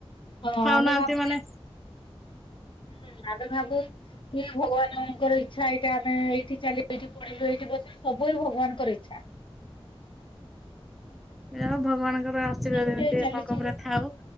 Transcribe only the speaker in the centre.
ଖାଉନାହାନ୍ତି
ମାନେ
ଏୟା ଆଉ ଭଗବାନଙ୍କର ଆଶିର୍ବାଦ
ଅସୁବିଧା ଯେମିତି
ଆପଣଙ୍କ ଉପରେ ଥାଉ।